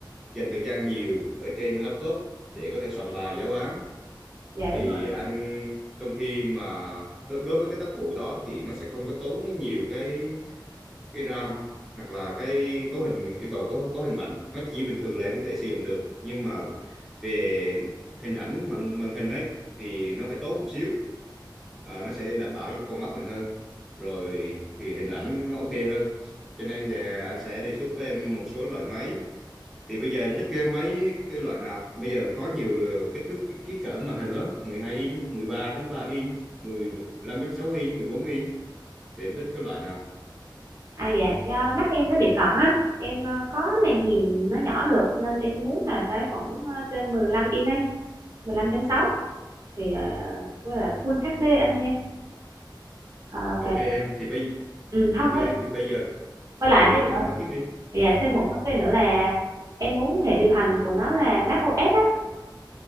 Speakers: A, in the centre; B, on the right.
A: dành thời gian nhiều ở trên laptop để có thể soạn bài giáo án
B: Dạ
A: thì
B: đúng rồi.
A: anh trong khi mà đối, đối với cái tác vụ đó thì nó sẽ không có tốn nhiều cái cái RAM hoặc là cái cấu hình yêu cầu có có hình mạnh nó chỉ bình thường là em có thể sử dụng được nhưng mà về hình ảnh màn màn hình ấy thì nó phải tốt một xíu Ờ, nó sẽ đảm bảo cho con mắt mình hơn rồi thì hình ảnh nó ok hơn cho nên thì anh sẽ đề xuất với em một số loại máy thì bây giờ em thích cái máy cái loại nào bây giờ có nhiều kích thước cái, cái cỡ màn hình lớn 12 inch 13.3 inch 15.6 inch 14 inch thì em thích cái loại nào
B: À, dạ, do mắt em nó bị cận á, em, ờ, khó mà nhìn nó nhỏ được nên em muốn là cái khoảng, a, trên 15 inch đi, 15.6 thì, à, với lại Full HD anh nha. Ờ,
A: ok
B: và
A: em thì bây
B: ừm, hông
A: ok
B: với
A: thì bây giờ
B: với lại
A: ừ,
B: thêm
A: em
B: nữa
A: em nói tiếp đi
B: dạ, thêm một
A: ừ.
B: vấn đề nữa là em muốn hệ điều hành của nó là macOS á,